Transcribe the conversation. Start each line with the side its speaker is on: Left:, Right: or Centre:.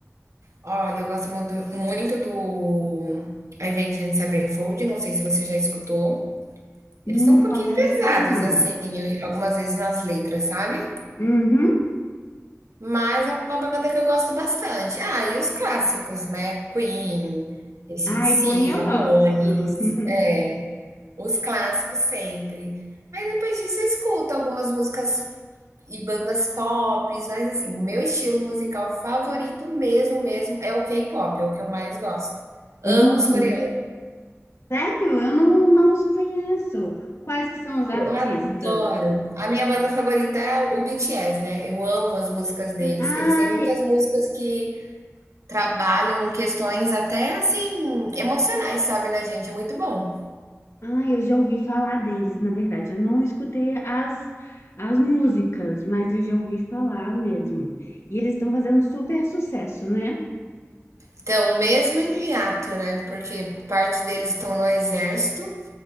Right: Olha, eu gosto muito, muito do Avenged Sevenfold, não sei se você já escutou. Eles
Left: Hum,
Right: são um pouquinho
Left: confesso
Right: pesados,
Left: que não.
Right: assim, eu- algumas vezes nas letras, sabe?
Left: Uhum.
Right: Mas é uma banda que eu gosto bastante. Ah, e os clássicos, né? Queen, AC/DC,
Left: Ai, Queen eu
Right: Ramones,
Left: gosto. <laughs>
Right: é, os clássicos sempre. Aí depois disso eu escuto algumas músicas e bandas pop, mas assim, o meu estilo musical favorito mesmo, mesmo, é o K-pop, é o que eu mais gosto. Amo
Left: Hum,
Right: os coreanos,
Left: sério? Eu não, não os conheço. Quais que são os artistas?
Right: eu adoro. A minha banda favorita é o BTS, né? Eu amo as músicas deles.
Left: Ai,
Right: Eles têm muitas músicas que trabalham questões até assim emocionais, sabe, na gente, é muito bom.
Left: ai, eu já ouvi falar deles, na verdade. Eu não escutei as, as músicas, mas eu já ouvi falar mesmo. E eles estão fazendo super sucesso, né?
Right: Então, mesmo em hiato, né? Porque parte deles estão no exército,